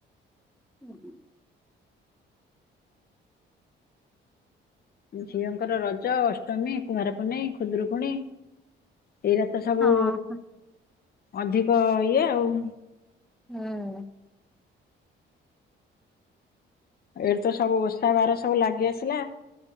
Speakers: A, in the centre; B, on the left (about 50°).
A: ହୁଁ।
B: ଝିଅଙ୍କର ରଜ ଅଷ୍ଟମୀ କୁଆଁର ପୁନେଇ ଖୁଦୁରୁକୁଣୀ। ଏଇରା ତ ସବୁ
A: ହଁ
B: ଅଧିକ ଇଏ ଆଉ।
A: ହୁଁ।
B: ଏଇଠି ତ ସବୁ ଓଷା ବାର ସବୁ ଲାଗି ଆସିଲା।